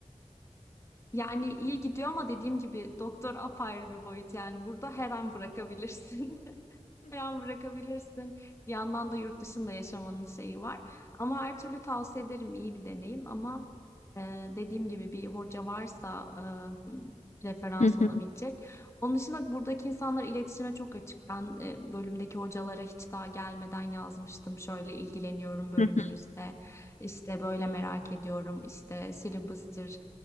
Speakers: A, on the left (about 25°); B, on the left (about 70°).
A: Yani iyi gidiyor ama dediğim gibi doktor apayrı bir boyut yani burada her an bırakabilirsin. <laughs> falan bırakabilirsin. Bir yandan da yurt dışında yaşamanın şeyi var. Ama her türlü tavsiye ederim iyi bir deneyim ama e, dediğim gibi bir hoca varsa e, referans
B: Hı
A: olabilecek.
B: hı,
A: Onun dışında buradaki insanlar iletişime çok açık. Ben e, bölümdeki hocalara hiç daha gelmeden yazmıştım. Şöyle ilgileniyorum bölümünüzde.
B: hı hı.
A: İşte böyle merak ediyorum. İşte syllabus'tır,